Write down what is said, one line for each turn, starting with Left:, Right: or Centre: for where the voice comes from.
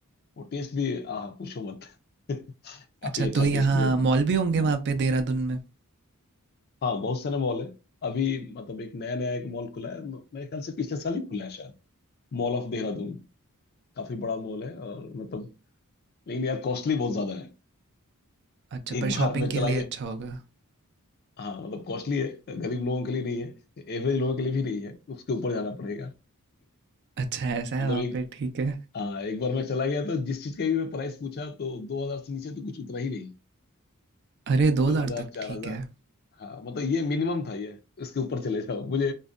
Left: वो टेस्ट भी आह पूछो मत <laughs> काफी
Right: अच्छा
Left: अच्छा
Right: तो यहाँ
Left: टेस्ट भी रहता
Right: मॉल
Left: है
Right: भी होंगे वहाँ
Left: हाँ
Right: पे देहरादून में
Left: हाँ बहुत सारे मॉल है अभी मतलब एक नया नया एक मॉल खुला है म- मेरे ख्याल से पिछले साल ही खुला है शायद मॉल ऑफ देहरादून काफी बड़ा मॉल है और मतलब लेकिन यार कॉस्टली बहुत ज्यादा है
Right: अच्छा पर
Left: एक बार
Right: शॉपिंग
Left: मैं
Right: के
Left: चला
Right: लिए अच्छा
Left: गया
Right: होगा
Left: हाँ मतलब कॉस्टली है गरीब लोगों के लिए नहीं है एवरेज लोगों के लिए भी नहीं है उसके ऊपर जाना पड़ेगा
Right: अच्छा ऐसा है
Left: मतलब
Right: वहाँ
Left: एक
Right: पे ठीक है
Left: हाँ एक बार मैं चला गया तो जिस चीज का भी मैं प्राइस पूछा तो दो हजार से नीचे तो कुछ उतरा ही नहीं
Right: अरे दो
Left: दो
Right: हजार
Left: हजार
Right: तक
Left: चार
Right: ठीक
Left: हजार
Right: है
Left: हाँ मतलब ये मिनिमम था ये इसके ऊपर चले जाओ मुझे